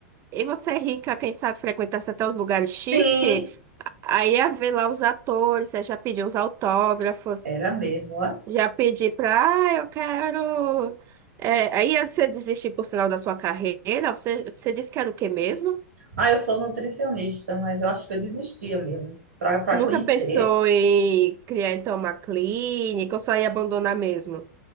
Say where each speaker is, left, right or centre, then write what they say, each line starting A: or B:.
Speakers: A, on the right; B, on the right.
A: E você é rica, quem sabe frequentasse até os lugares chiques,
B: Sim,
A: aí ia ver lá os atores, aí já pedir uns autógrafos,
B: era mesmo. ó.
A: já pedir pra, ah, eu quero. É, aí você desistir por sinal da sua carreira, você, você disse que era o quê mesmo?
B: Ah, eu sou nutricionista, mas eu acho que eu desistia mesmo, para para
A: Nunca
B: conhecer.
A: pensou em criar então uma clínica ou só ia abandonar mesmo?